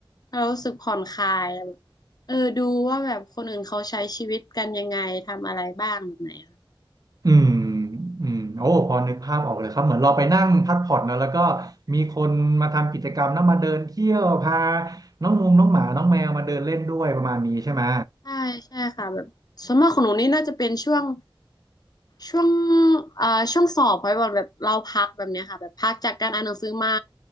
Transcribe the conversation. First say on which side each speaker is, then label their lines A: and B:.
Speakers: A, on the left; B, on the right.
A: เรารู้สึกผ่อนคลายแบบเออดูว่าแบบคนอื่นเขาใช้ชีวิตกันยังไงทำอะไรบ้างแบบไหนค่ะ
B: อืมอืมโอ้พอนึกภาพออกเลยครับเหมือนเราไปนั่งพักผ่อนนะแล้วก็มีคนมาทำกิจกรรมนะมาเดินเที่ยวพาน้องงงน้องหมาน้องแมวมาเดินเล่นด้วยประมาณนี้ใช่ไหม
A: ใช่ใช่ค่ะแบบส่วนมากของหนูนี่น่าจะเป็นช่วง ช่วงเอ่อช่วงสอบพอยบอกแบบเราพักแบบเนี้ยค่ะแบบพักจากการอ่านหนังสือมา